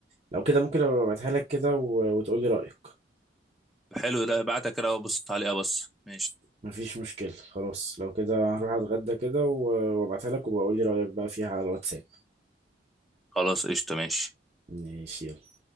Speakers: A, on the right; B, in the centre.
A: لو كده ممكن أبقى ابعتها لك كده و... وتقول لي رايك
B: حلو ده بعتها كده بص عليه بس ماشي
A: مفيش مشكله خلاص لو كده هروح اتغدى كده و- وابعتها لك وبقول لي رايك بقى فيها على الواتساب
B: خلاص قشطة ماشي
A: ماشي يلا